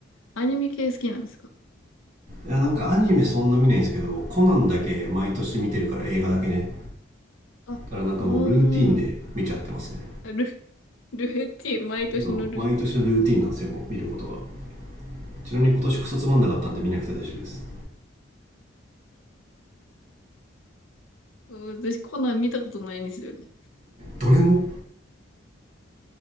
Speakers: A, on the left; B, on the right.
A: アニメ系好きなんですか
B: いやなんかアニメそんな見ないんですけどコナンだけ毎年見てるから映画だけね
A: あ、
B: だからなんかもうルーティンで見ちゃってますね
A: おー、ル、ルーティン、毎年のルーティン。
B: うん毎年のルーティンなんですよもう見ることがちなみに今年クソつまんなかったんで見なくて大丈夫です
A: うん私、コナン見たことないんですよね。
B: どれも